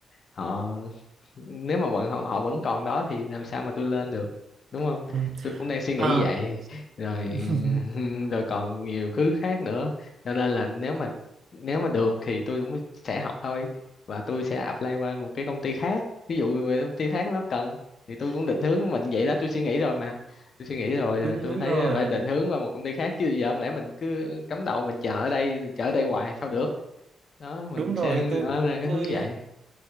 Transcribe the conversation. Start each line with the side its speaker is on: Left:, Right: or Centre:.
Left: họ nếu mà vẫn họ, họ vẫn còn đó thì làm sao mà tôi lên được đúng không
Right: ừ.
Left: tôi cũng đang suy nghĩ
Right: à,
Left: vậy rồi
Right: <laughs>
Left: <laughs> rồi còn nhiều thứ khác nữa cho nên là nếu mà nếu mà được thì tôi cũng sẽ học thôi và tôi sẽ apply qua một cái công ty khác ví dụ về công ty khác nó cần thì tôi cũng định hướng mình vậy đó tôi suy nghĩ rồi mà tôi suy nghĩ rồi
Right: đúng
Left: à, tôi
Right: đúng
Left: thấy
Right: rồi
Left: phải định hướng vào một công ty khác chứ giờ không lẽ mình cứ cắm đầu mình chờ ở đây chờ ở đây hoài sao được đó mình
Right: đúng
Left: sẽ
Right: rồi tôi
Left: ở ra cái
Right: tôi
Left: hướng vậy